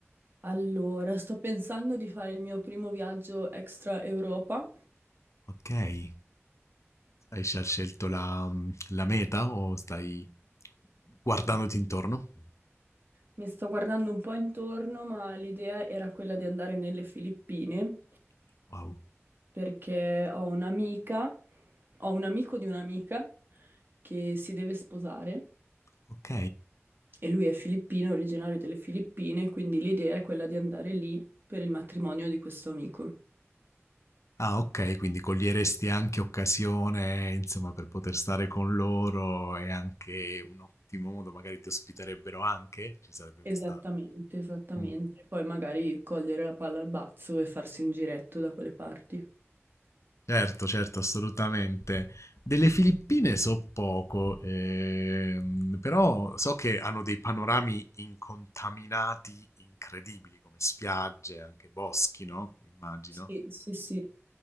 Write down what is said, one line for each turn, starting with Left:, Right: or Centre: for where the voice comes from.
Right: Allora, sto pensando di fare il mio primo viaggio extra Europa.
Left: Ok, hai già scelto la, la meta o stai guardandoti intorno?
Right: Mi sto guardando un po' intorno, ma l'idea era quella di andare nelle Filippine,
Left: Wow,
Right: perché ho un'amica, ho un amico di un'amica che si deve sposare
Left: ok.
Right: e lui è filippino, originario delle Filippine, quindi l'idea è quella di andare lì per il matrimonio di questo amico.
Left: Ah, okay, quindi coglieresti anche occasione, insomma, per poter stare con loro e anche un ottimo modo magari ti ospiterebbero anche? Ci sarebbe questa
Right: Esattamente, esattamente.
Left: mh,
Right: Poi magari cogliere la palla al balzo e farsi un giretto da quelle parti.
Left: certo, certo, assolutamente. Delle Filippine so poco, ehm, però so che hanno dei panorami incontaminati incredibili, come spiagge, anche boschi, no, immagino.
Right: Sì, sì, sì.